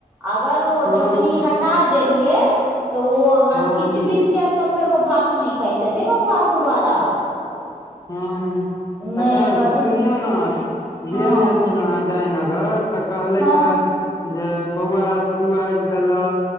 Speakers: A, on the right (about 20°); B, on the left (about 25°).
A: अगर ओ
B: हँ
A: ढकनी हटा देलियै तऽ ओ अहाँ
B: हँ
A: किछु बीत जायत तऽ फेर ओ भात नहि खाइत छथिन ओ भात दुोबारा
B: हँ अच्छा
A: नहि कहथिन
B: सुनियौ ने गेल
A: हँ
B: जे जयनगर तऽ कहलथि
A: हँ
B: हे जे बौआ तू आबि गेलह